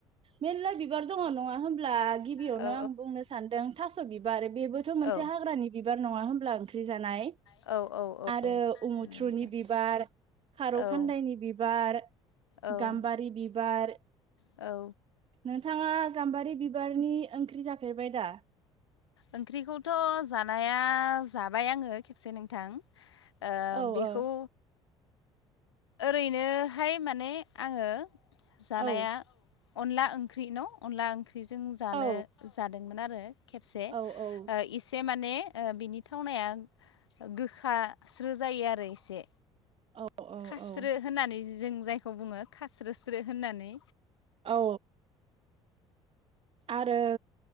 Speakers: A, on the right (about 45°); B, on the left (about 80°).
A: मेरला बिबार दङ नङा होमब्ला? गिबियावनो
B: औ
A: आं बुंनो सानदों थास' बिबार बेबोथ'
B: औ
A: मोनसे हाग्रानि बिबार नङा होनब्ला <inaudible> <unintelligible> जानाय
B: औ औ। औ
A: आरो
B: नंगौ
A: उमुथ्रुनि
B: नोंथां
A: बिबार, खारौ
B: औ
A: खान्दायनि बिबार
B: औ
A: गाम्बारि बिबार
B: औ
A: नोंथाङा गाम्बारि बिबारनि ओंख्रि जाफेरबाय दा?
B: ओंख्रिखौथ' जानाया जाबाय आङो खेबसे नोंथां। ओ
A: औ
B: बेखौ
A: औ
B: ओरैनोहाय माने आङो जानाया
A: औ
B: अनला ओंख्रि न' अनला ओंख्रिजों जानो
A: औ
B: जादोंमोन आरो। खेबसे
A: औ औ
B: ओ एसे माने बिनि थावनाया गोखास्रो जायो आरो एसे।
A: औ औ
B: खास्रो
A: औ
B: होननानै जों जायखौ बुङो खास्रो स्रो होननानै।
A: औ आरो